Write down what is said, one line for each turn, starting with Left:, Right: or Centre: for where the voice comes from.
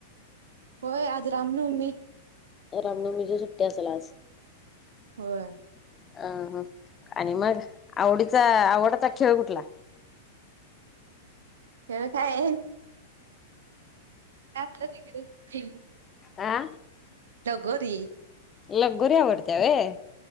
Right: होय आज रामनवमी.
Left: रामनवमीची सुट्टी असल आज?
Right: होय.
Left: अ ह, आणि मग आवडीचा आवडाचा खेळ कुठला?
Right: खेळ काय आपलं रेग्युलर
Left: आ,
Right: तगोरी.
Left: लगोरी आवडते होय.